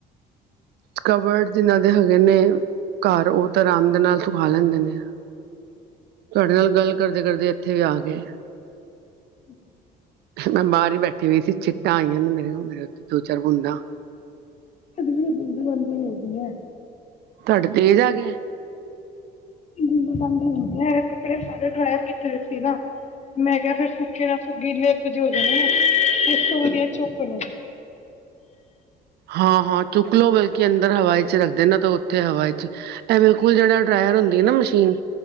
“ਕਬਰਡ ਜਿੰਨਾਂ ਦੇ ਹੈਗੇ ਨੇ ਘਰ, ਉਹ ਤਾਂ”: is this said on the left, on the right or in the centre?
Right